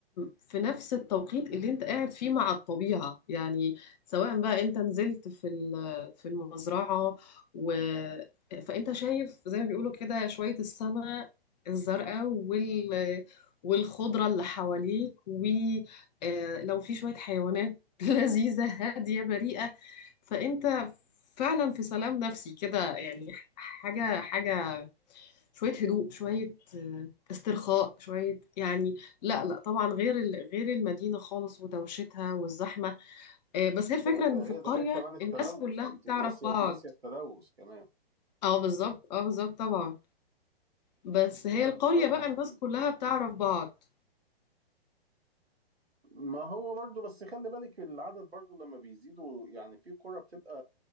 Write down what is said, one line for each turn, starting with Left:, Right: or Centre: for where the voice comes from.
Left: في نفس التوقيت اللي انت قاعد فيه مع الطبيعه يعني سواء بقى انت نزلت في ال- في المزرعه و فانت شايف زي ما بيقولوا كده شويه السماء الزرقاء وال والخضره اللي حواليك ولو في شويه حيوانات <laughs> لذيذه هاديه بريئه فانت فعلا في سلام نفسي كده يعني حاجه حاجه شويه هدوء شويه آه، استرخاء شويه يعني لا لا طبعا غير ال- غير المدينه خالص ودوشتها والزحمه آه، بس هي الفكره
Right: ده
Left: ان
Right: ده غير
Left: في القريه
Right: ده غير كمان التلوث
Left: الناس كلها
Right: انت
Left: بتعرف
Right: ناسية
Left: بعض
Right: ناسية التلوث كمان
Left: اه بالظبط اه بالظبط طبعا بس
Right: الجو-
Left: هي القريه
Right: الهواء
Left: بقى
Right: النظيف
Left: الناس كلها بتعرف بعض
Right: ما هو برضو بس خلي بالك العدد برضو لما بيزيدوا يعني في قرى بتبقى